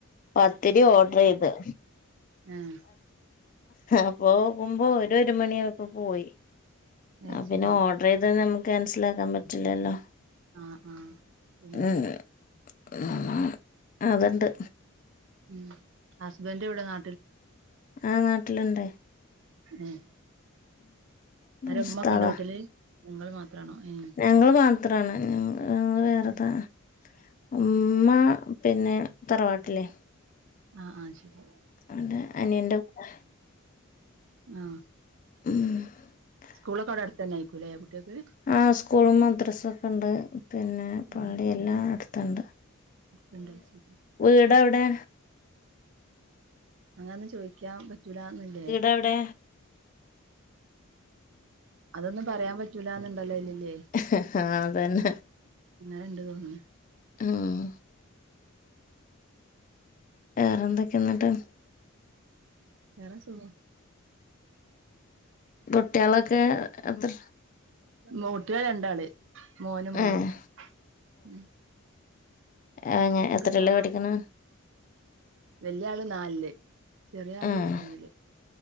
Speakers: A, on the left (about 40°); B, on the right (about 60°).
A: പത്തിരി ഓഡ്റീതൂ.
B: ആഹ്.
A: അപ്പോ നോക്കുമ്പോ അവര് ഒരു മണിയായപ്പോ പോയി.
B: അത്
A: അപ്പൊ
B: ശരി
A: പിന്നെ ഓഡ്റീതാ ഞമ്മക്ക് ക്യാൻസലാക്കാൻ പറ്റില്ലല്ലോ.
B: ആ ആ പിന്നെ
A: ഉം അതുണ്ട്.
B: ഉം ഹസ്ബൻഡ് ഇവടെ നാ
A: ആഹ് നാട്ടില്ണ്ടയ്.
B: ഉം ആരാ
A: ഉസ്താദാ
B: ഉമ്മ ഒക്കെ ഉണ്ടോ വീട്ടില്? ഇങ്ങള് മാത്രണോ ഏഹ്.
A: ഞങ്ങള് മാത്രാണ് ഞങ്ങള് വേറെതാ
B: ഉം.
A: ഉമ്മ പിന്നെ തറവാട്ടില്
B: ആഹ് ആഹ് ശരി
A: <unintelligible> അനിയന്റെ കൂടെ
B: ആഹ്
A: മ്ഹ്
B: സ്കൂളൊക്കെ അവിടെ അടുത്ത് തന്നെ ആയിരിക്കൂല്ലേ കുട്ട്യക്ക്
A: ആഹ് സ്കൂളും മദ്രസൊക്കെ ഉണ്ട് പിന്നെ പള്ളിയെല്ലാം
B: ഉം
A: അടുത്തൊണ്ട്
B: <unintelligible>
A: വീട് എവിടെ
B: അങ്ങനൊന്നും ചോദിക്കാൻ പറ്റൂലാന്ന് ഇല്ലേ
A: എവിടെ
B: അതൊന്നും പറയാൻ പറ്റൂലാന്ന് ഒണ്ടല്ലോ അയിലില്ലേ
A: ആഹ് അതന്ന
B: അങ്ങനെ ഉണ്ട് തോന്നണ്
A: മ്ഹ് വേറെന്തൊക്കെയാ എന്നിട്ട്
B: വേറെ സുഖം
A: കുട്ട്യളൊക്കെ എത്ര
B: മ് കുട്ട്യള് രണ്ടാള് മോനും മോളും
A: ആഹ്
B: ഉം
A: <unintelligible>
B: നിങ്ങക്ക്
A: എത്രെലാ
B: എത്ര ആളാ
A: പഠിക്കണ
B: വല്യ ആള് നാലില് ചെറിയ ആള്
A: ആഹ്
B: ഒന്നില്